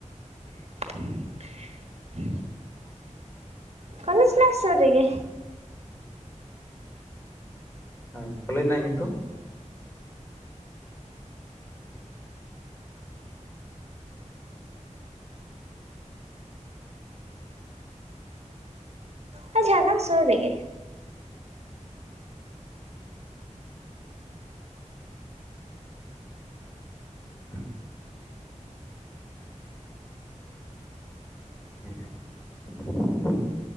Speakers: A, on the right; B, on the left.
A: <inaudible> ᱠᱚᱞᱮᱡᱽ ᱢᱟ ᱥᱳᱨ ᱨᱮᱜᱮ
B: ᱦᱮᱸ ᱠᱚᱞᱮᱡᱽ ᱨᱮᱱᱟᱜ ᱧᱩᱛᱩᱢ
A: ᱱᱚᱣᱟ ᱡᱷᱟᱲᱜᱨᱟᱢ ᱥᱳᱨ ᱨᱮ ᱜᱮ
B: ᱦᱩᱸ <unintelligible> ᱦᱩᱸ